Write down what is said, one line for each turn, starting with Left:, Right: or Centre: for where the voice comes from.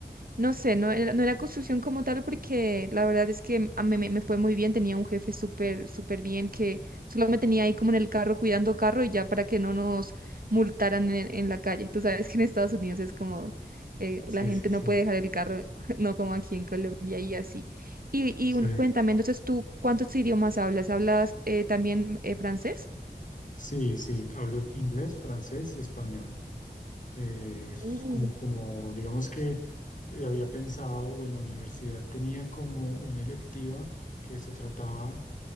Right: no sé, no era, no era construcción como tal porque la verdad es que a mí me, me fue muy bien, tenía un jefe súper, súper bien que solo me tenía ahí como en el carro cuidando carro y ya para que no nos multaran en, en la calle. Tú sabes que en Estados Unidos es como eh,
Left: Sí,
Right: la gente
Left: sí, sí.
Right: no puede dejar el carro, <laughs> no como aquí en Colombia y así. Y, y
Left: Sí,
Right: un- cuéntame, entonces tú, ¿cuántos idiomas hablas? ¿Hablas eh, también eh, francés?
Left: sí, sí. Hablo inglés, francés y español. Eh, es
Right: Uh,
Left: como, como, digamos que eh, había pensado o en la universidad tenía como una electiva que se trataba